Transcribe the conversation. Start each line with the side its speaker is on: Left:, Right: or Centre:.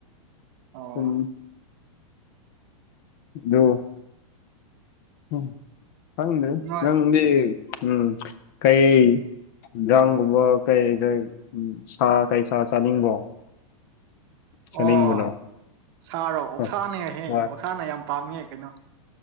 Right: ꯑꯣ
Left: ꯎꯝ ꯑꯗꯨꯣ ꯎꯝ ꯍꯪꯗꯦ
Right: ꯅꯣꯏ
Left: ꯅꯪꯗꯤ ꯎꯝ ꯀꯩ ꯌꯦꯟꯖꯥꯡꯒꯨꯝꯕ ꯀꯩ ꯀꯩ ꯎ ꯁꯥ ꯀꯩ ꯁꯥ ꯆꯥꯅꯤꯡꯕꯣ
Right: ꯑꯣ
Left: ꯆꯥꯅꯤꯡꯕꯅꯣ
Right: ꯁꯥꯔꯣ ꯑꯣꯛꯁꯥꯅꯦꯍꯦ
Left: ꯍꯣꯏ ꯍꯣꯏ
Right: ꯑꯣꯁꯥꯅ ꯌꯥꯝ ꯄꯥꯝꯃꯦ ꯀꯩꯅꯣ